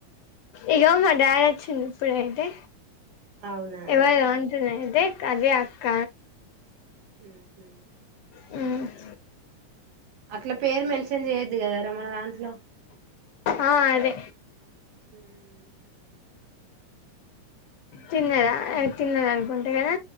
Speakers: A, on the left; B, on the right.
A: ఇగోమా డ్యావచ్చింది ఇప్పుడు అతే
B: అవునా
A: ఎవ అంటనే అయింతతే కదే అక్క
B: హమ్
A: హమ్
B: అట్లా పేరు మెన్స్ అట్లా చేయొద్దు కదార మన దాంట్లో
A: ఆ అదే
B: హమ్
A: తిన్నారా తిన్నారనుకుంటా కదా